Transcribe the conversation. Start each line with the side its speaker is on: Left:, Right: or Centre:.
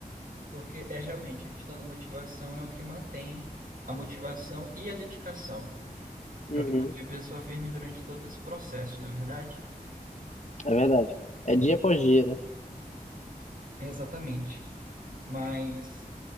Right: porque é realmente a questão da motivação é o que mantém a motivação e a dedicação.
Left: Uhum,
Right: É o que mantém a pessoa firme durante todo esse processo, não é verdade?
Left: é verdade. É dia após dia, né?
Right: Exatamente. Mas